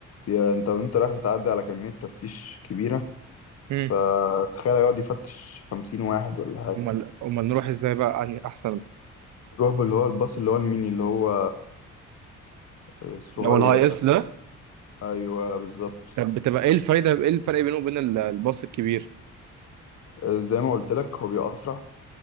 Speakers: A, on the left; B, on the right.
A: يا انت وانت رايح بتعدي على كميه تفتيش كبيره
B: هم.
A: فتخيل يقعد يفتش خمسين واحد ولا حاجه
B: امال امال نروح ازاي بقى يعني احسن
A: تروح باللي هو الباص اللي هو الميني اللي هو الصغير
B: لو الهاي
A: ده
B: اس ده
A: ايوه بالظبط
B: طب بتبقى ايه الفايده ايه الفرق بينه وبين ال- الباص الكبير
A: آه، زي ما قلت لك هو بيبقى اسرع